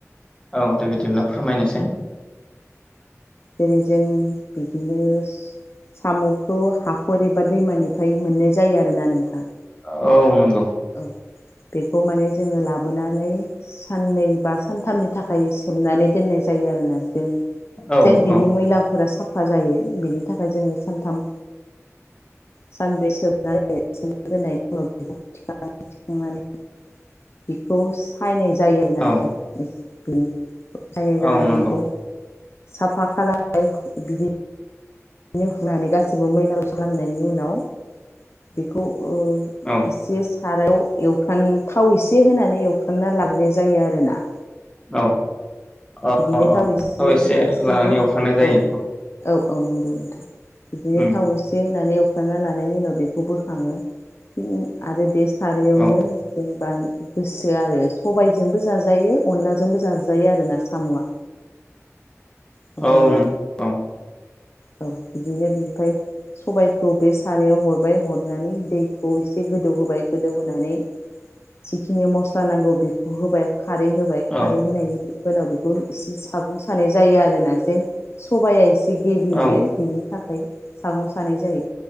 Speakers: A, on the left; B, on the left.
A: औ दे बिदिब्ला फोरमायनोसै।
B: जेरै जों बिदिनोस। सामखौ हाखर एबा दैमानिफ्राय मोननाय जायो आरोना नोंथां।
A: औ।
B: औ। बेखौ माने जोङो लाबोनानै साननै बा सानथामनि थाखाय सोमनानै दोननाय जायो आरोना जों।
A: औ
B: जेन
A: औ
B: बिनि मैलाफोरा साफ फा जायो बेनि थाखाय जोङो सानथाम। सानब्रै सोमना दोननाय दोननायनि उनाव बेखौ थिखांनानै थिखांनानै बेखौ सायनाय। जायो आरोना
A: औ
B: नोंथां एस <unintelligible> सायनाय जानानै
A: औ नंगौ
B: बेखौ। साफा खालामबाय बिदि नो हुंनानै गासैबो मैलाखौ खालामनायनि उनाव बेखौ। ओ
A: औ
B: एसे सारायाव। एवफ्राम थाव एसे होनानै एवफ्रामना लागनाय जायो आरोना।
A: औ। अ
B: बिदिनो
A: अ अ
B: थाव एसे एसे
A: लानानै
B: गोबाव
A: एवफ्रानाय जायो
B: औ औ। औ नंगौ नोंथां। बिदिनो
A: उम
B: थाव एसे होनानै एव फ्रामना लानायनि उनाव बेखौ बोखाङो फिन आरो बेस खारैयावनो
A: औ
B: जों। गोसो आरो सबायजोंबो जाजायो अनलाजोंबो जाजायो आरो ना। सामुआ। बिदिनो।
A: औ नों औ
B: औ बिदिनो बेनिफाय सबायखौ बे सारायाव हरबाय हरनानै दैखौ इ गोदौ होबाय गोदौ होनानै। जिखिनि मसला नांगौ बेखौ होबाय। खारै होबाय
A: औ
B: खारै होनायनि उनाव बेखौ एसे सागं। सानाय जायो आरोना। जेन सबाया एसे। गिलियो
A: औ
B: बिनि थाखाय। ओमफ्राय। सागं सानाय जायो।